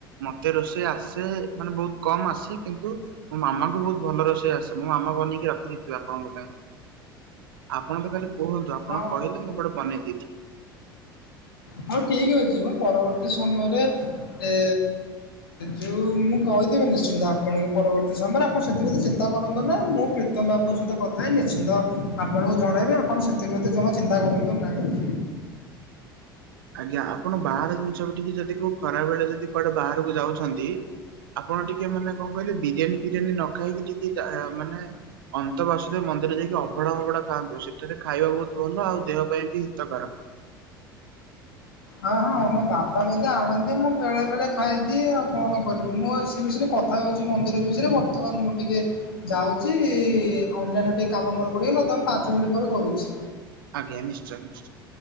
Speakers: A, on the right; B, on the left.
A: ମତେ ରୋଷେଇ ଆସେ। ମାନେ ବହୁତ୍ କମ୍ ଆସେ କିନ୍ତୁ ମୋ ମାମାଙ୍କୁ ବହୁତ୍ ଭଲ ରୋଷେଇ ଆସେ ମୋ ମାମା ବନେଇକି ର <inaudible> ଆପଣଙ୍କ ପାଇଁ ଆପଣ ତ ଖାଲି କୁହନ୍ତୁ ଆପଣ
B: ହଁ
A: କହିଲେ ମୁଁ ପଟେ ବନେଇ ଦେଇଥି
B: ହଉ ଠିକ୍ ଅଛି ମୁଁ ପରବର୍ତ୍ତୀ ସମୟରେ ଏ ଯୋଉ ମୁଁ କହିଦେବି ନିଶ୍ଚିନ୍ତ ଆପଣଙ୍କୁ ପରବର୍ତ୍ତୀ ସମୟରେ ଆପଣ ସେଥିପତି ଚି ଚିନ୍ତା କରନ୍ତୁନି ମୁଁ ପ୍ରୀତମ ବାବୁଙ୍କ ସହିତ କଥାହେଇ ନିଶ୍ଚିନ୍ତ ଆପଣଙ୍କୁ ଜଣେଇବେ ଆପଣ ସେଥିପ୍ରତି ଜମା ଚିନ୍ତା କରନ୍ତୁ ନାଇଁଁ।
A: ଆଜ୍ଞା ଆପଣ ବାହାର ଜିନିଷ ବି ଟିକେ ଯଦି କଉ ଖରାବେଳେ ଯଦି କୁଆଡେ ବାହାରକୁ ଯାଉଛନ୍ତି। ଆପଣ ଟିକେ ମାନେ କଣ କହିଲେ ବିରିୟାନୀ ଫିରିୟାନୀ ନ ଖାଇକି ଟିକେ ଯା ମାନେ। ଅନ୍ତ ବାସୁଦେବ ମନ୍ଦିର ଯାଇକି ଅଭଡା ଫଭଡା ଖାଆନ୍ତୁ ସେଠାରେ ଖାଇବା ବହୁତ୍ ଭଲ ଆଉ ଦେହ ପାଇଁ ବି ହିତକାର।
B: ହଁ ହଁ ମୋ ବାପା ମଧ୍ୟ ଆଣନ୍ତି ମୁଁ ବେଳେ ବେଳେ ଖାଇଦିଏ ଆଉ କଣ। ମୋ ସେ ବିଷୟରେ କଥା ହେଉଛି ମନ୍ଦିର ବିଷୟରେ ବର୍ତ୍ତମାନ ମୁଁ ଟିକେ। ଯାଉଚି ଅନ୍ୟାନ୍ୟ ଟିକେ କାମ ମୋର ପଡିଗଲା ତ ପାଞ୍ଚ ମିନିଟ୍ ପରେ କରୁଛି।
A: ଆଜ୍ଞା ନିଶ୍ଚୟ ନିଶ୍ଚୟ।